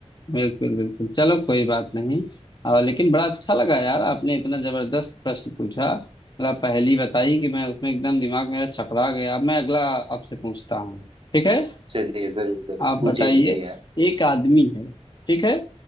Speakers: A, on the left (about 40°); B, on the right (about 50°).
A: बिल्कुल बिल्कुल चलो कोई बात नहीं आ, लेकिन बड़ा अच्छा लगा यार आपने इतना जबरदस्त प्रश्न पूछा मतलब पहेली बताई कि मैं उसमें एकदम दिमाग मेरा चकरा गया अब मैं अगला आपसे पूछता हूँ ठीक है
B: चलिए जरूर जरूर
A: आप
B: पूछिए
A: बताइए
B: पूछिए यार
A: एक आदमी है ठीक है